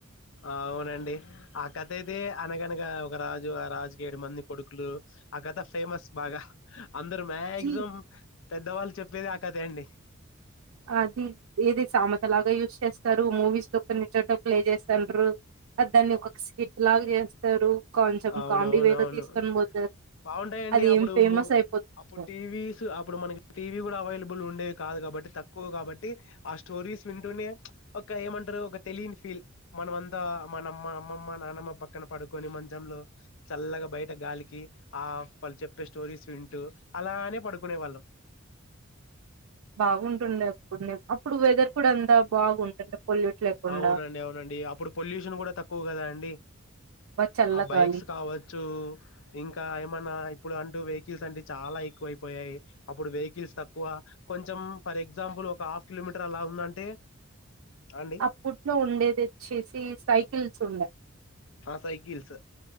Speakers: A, on the left; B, on the right.
A: అవునండి ఆ కథే అయితే అనగనగా ఒక రాజు ఆ రాజుకి ఏడు మంది కొడుకులు ఆ కథ ఫేమస్ బాగా అందరు మాక్సిమం
B: జీ
A: పెద్దవాళ్ళు చెప్పేది అ కదే అండి
B: అ అది ఏది సామత లాగా యూస్ చేస్తారు మూవీస్ లో కొన్ని చోట ప్లే చేస్తాంట్రు మరి దాన్ని ఒక స్కిట్ లాగ చేస్తారు. కొంచెం
A: అవునవునవును
B: కామెడీ వేలో తీసుకొని పోతారు
A: బాగుంటాయిండి
B: అది
A: అప్పుడు
B: ఏం ఫేమస్ అయిపోతుంది
A: అప్పుడు టీవీస్ అప్పుడు మనకి టీవీ కూడా అవైలబుల్ ఉండేది కాదు కాబట్టి తక్కువ కాబట్టి ఆ స్టోరీస్ వింటూనే ఒక ఏమంటారు ఒక తెలియని ఫీల్ మనమంతా మనమంతా అమ్మమ్మ నానమ్మ పక్కన పడుకొని మంచి దమ్లో చల్లగా బయట గాలికి ఆ వాళ్ళు చెప్పే స్టోరీస్ వింటూ అలానే పడుకునే వాళ్ళం.
B: బాగుంటుండే అప్పుడు నేను అప్పుడు వెదర్ కూడా అంతా బాగుంటుండే పొల్యూట్ లేకుండా
A: అవునండి అవునండి అప్పుడు పొల్యూషన్ కూడా తక్కువ కదా అండి
B: బా చల్లగాలి
A: ఆ బైక్స్ కావచ్చు ఇంకా ఏమన్నా ఇప్పుడు అంటూ వెహికల్స్ అంట చాలా ఎక్కువ అయిపోయాయి అప్పుడు వెహికల్స్ తక్కువ కొంచెం ఫర్ ఎగ్జాంపుల్ ఒక్ ఒక హాఫ్ కిలోమీటర్ అలా ఉందంటే అండి
B: అప్పుట్లో ఉండేది వచ్చేసి సైకిల్స్ ఉండే
A: ఆ సైకిల్స్